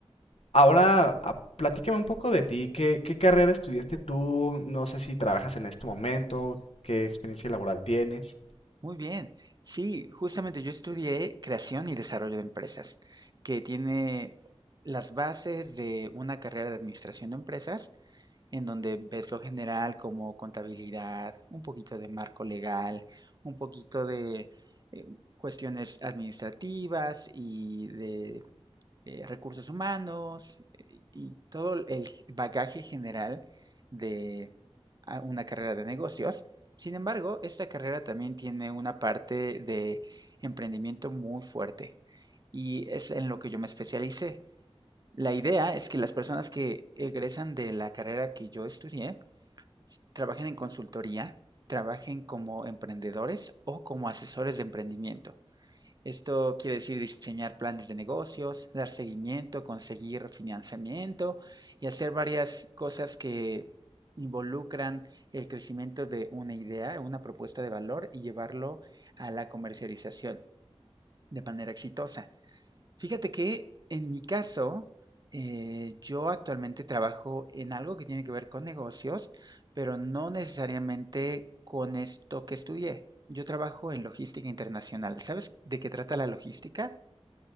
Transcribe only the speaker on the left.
ahora a- platícame un poco de ti, ¿qué, qué carrera estudiaste tú? No sé si trabajas en este momento, qué experiencia laboral tienes.